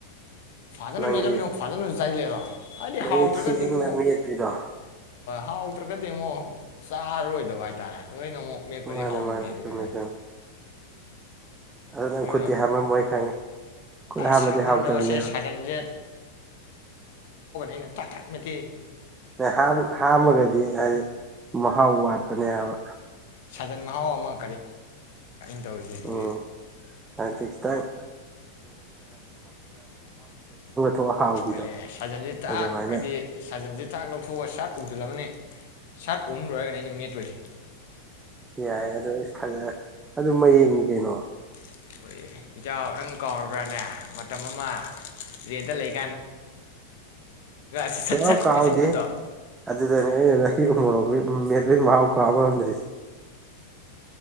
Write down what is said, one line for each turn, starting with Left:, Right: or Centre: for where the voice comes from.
Left: ꯐꯖꯅ
Right: ꯅꯪꯒꯤ
Left: ꯃꯦꯠꯂꯥꯃꯤꯟ ꯐꯖꯅ ꯆꯩ <unintelligible> ꯍꯥꯏꯗꯤ
Right: ꯃꯌꯦꯛ
Left: ꯍꯥꯌꯔꯥꯒꯗꯤ
Right: ꯁꯦꯡꯅ
Left: ꯑꯃꯨꯛ
Right: ꯃꯦꯠꯄꯤꯗꯣ
Left: ꯍꯥꯌꯔꯥꯒꯗꯤ ꯑꯃꯣꯀ ꯆꯔꯔꯣꯌꯗꯕ ꯍꯥꯢꯇꯔꯦ ꯅꯣꯏꯅ ꯑꯃꯣꯛ ꯃꯦꯇꯄꯗꯤ
Right: ꯃꯥꯅꯦ
Left: ꯍꯥꯏꯅ
Right: ꯃꯥꯅꯦ
Left: ꯃꯦꯠꯂꯤꯗꯅ
Right: ꯆꯨꯝꯃꯦ ꯆꯨꯝꯃꯦ ꯑꯗꯨ ꯅꯪ
Left: ꯑꯗꯨꯅ
Right: ꯈꯨꯠꯇꯤ ꯍꯥꯝꯃꯝꯃꯣꯏ ꯈꯪꯉꯦ ꯈꯨꯠ
Left: ꯑꯣꯊꯣꯀꯒꯅꯤ
Right: ꯍꯥꯝꯃꯗꯤ ꯍꯥꯎꯇꯕꯅꯦꯕ
Left: ꯑꯩꯟ ꯊꯥꯛ ꯊꯥꯛ ꯃꯦꯠ
Right: ꯍꯥꯝ ꯍꯥꯝꯃꯒꯗꯤ ꯍꯥꯔ ꯋꯥꯠꯄꯅꯦꯕ
Left: ꯁꯥꯖꯟ ꯃꯥꯅ ꯇꯧꯔꯤꯁꯤ ꯍꯧꯖꯤꯛ
Right: ꯎꯝ ꯍꯥꯏꯗꯤ ꯈꯤꯇꯪ ꯊꯣꯛꯑ ꯍꯥꯎꯕꯤꯗꯣ
Left: ꯑꯩ ꯁꯥꯖꯟꯁꯦ ꯇꯥꯛ
Right: ꯑꯗꯨꯃꯥꯏꯅ
Left: ꯍꯥꯏꯗꯤ ꯁꯥꯖꯟꯁꯦ ꯇꯥꯛ ꯂꯧꯊꯣꯛꯑꯒ ꯁꯥꯛ ꯎꯝꯗꯨꯨꯜ ꯑꯃꯅꯦ ꯁꯥꯠ ꯑꯍꯨꯝ ꯂꯣꯏꯔꯒꯅꯤ ꯑꯩꯅ ꯃꯦꯠꯂꯣꯏꯁꯤ
Right: ꯌꯥꯏ ꯑꯗ ꯐꯖ ꯑꯗꯨꯝ ꯍꯌꯦꯡꯅꯤ ꯀꯩꯅꯣ
Left: ꯑꯩꯈꯣꯏ ꯏꯆꯥꯎ ꯅꯪ ꯀꯥꯎꯔꯕ꯭ꯔꯥꯅꯦ ꯃꯇꯝ ꯑꯃ ꯔꯦꯟꯗ ꯂꯩꯒ ꯁꯠ ꯁꯠ
Right: ꯁꯥꯎ
Left: ꯁꯠ
Right: ꯀꯥꯎꯥꯎꯗꯦ
Left: ꯃꯦꯠꯁꯤꯟꯕꯗꯣ
Right: ꯑꯗꯨꯗꯅꯤ ꯑꯩꯅ ꯅꯪꯣꯔꯣꯛ ꯃꯦꯂꯩ ꯃꯍꯥꯎ ꯀꯥꯕꯟꯗ꯭ꯔꯤ